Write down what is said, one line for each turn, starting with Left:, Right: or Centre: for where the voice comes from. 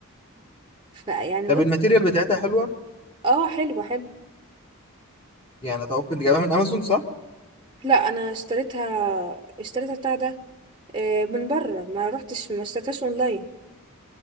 Right: ف يعني
Left: طب
Right: بص
Left: الماتيريال بتاعتها حلوه
Right: اه حلوة حلوة
Left: يعني اتوقع انت جايبها من امازون صح
Right: لا أنا اشتريتها اشتريتها بتاع ده آه، من بره ما رحتش ما اشتريتهاش اونلاين